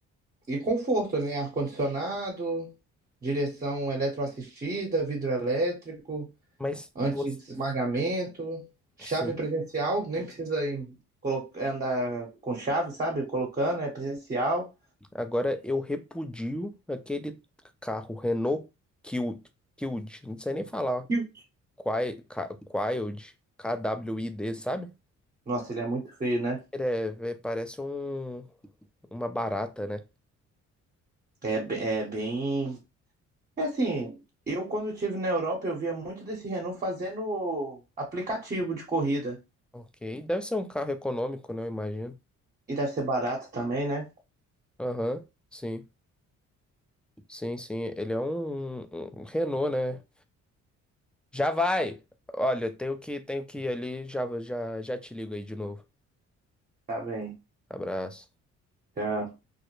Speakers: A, on the right; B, in the centre.
A: E conforto, né? Ar-condicionado, direção eletroassistida, vidro elétrico,
B: Mas
A: anti-esmagamento,
B: você.
A: chave
B: Sim.
A: presencial, nem precisa ir colo- andar com chave, sabe? Colocando, é presencial.
B: Agora eu repudio aquele carro Renault Kwid. Kwid. Não sei nem falar.
A: E o
B: Kwai- Ka- Kwid. KWID, K W I D, sabe?
A: Nossa, ele é muito feio, né?
B: Ele é- é- parece um, uma barata, né?
A: É, be- é bem. É assim, eu quando estive na Europa, eu via muito desse Renault fazendo aplicativo de corrida.
B: Ok. Deve ser um carro econômico, né? Eu imagino.
A: E deve ser barato também, né?
B: Aham. Sim. Sim, sim. Ele é um, um um Renault, né? Já vai! Olha, tenho que, tenho que ir ali. Já, já, já te ligo aí de novo.
A: Tá bem.
B: Abraço.
A: Tchau.